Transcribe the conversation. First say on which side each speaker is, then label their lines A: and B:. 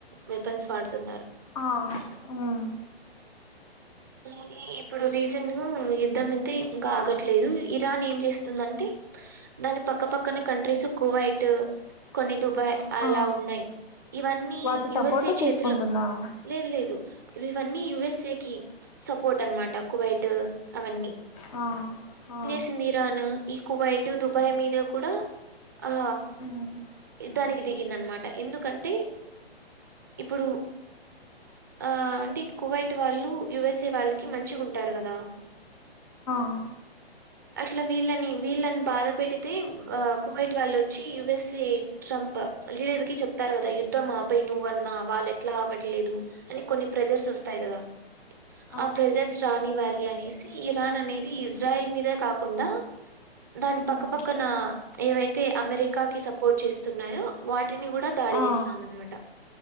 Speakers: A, on the right; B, on the left.
A: వెపన్స్ వాడుతు ఉన్నారు
B: ఆ ఉమ్
A: అలాగే ఇప్పుడు రీసెంట్గా యుద్ధం అంతే ఇంకా ఆగట్లేదు ఇరాన్ ఏం చేస్తుంద అంటే దాని పక్కపక్కన కంట్రీస్ కూవైట్ కొన్ని దుబాయ్ అలా
B: ఆ
A: ఉన్నాయి ఇవన్నీ
B: వాటి సపోర్ట్
A: యుఎస్ఏచ్
B: తీసుకుంటున్నావు
A: చేతిలో లేదు లేదు ఇవన్నీ యుఎస్ఏ కి సపోర్ట్ అన్ మాట కువైట్ అవన్నీ
B: ఆ ఆ
A: సింది ఇరాన్ ఈ కుబైట్ దుబాయ్ మీద కూడా ఆ
B: ఉమ్
A: యుద్ధానికి దిగింది అన్ మాట ఎందుకంటే ఇప్పుడు ఆ అంటే కువైట్ వాళ్ళు యుఎస్సిఏ వాళ్ళకి మంచిగ్ ఉంటారు కదా
B: ఆ
A: అట్లా వీళ్ళని వీళ్ళని బాధ పెడితే అ కువైట్ వాళ్ళు వచ్చి యుఎస్సిఏ ట్రంప్ ప లీడర్ కి చెప్తారు కదా యుద్ధం ఆపై నువ్వన్నా వాళ్ళు ఎట్లా అవ్వట్లేదు అని కొన్ని ప్రెజర్స్ వస్తాయి కదా
B: అ
A: ఆ ప్రెజెన్స్ రానీ వ్యాలీ అనేసి ఇరాన్ అనేది ఇజ్రాయిల్ మీదే కాకుండా దాని
B: ఉమ్
A: పక్కపక్కన ఏవైతే అమెరికాకి సపోర్ట్ చేస్తున్నాయో వాటిని కూడా దాడి
B: ఆ
A: చేస్తా అన్ మాట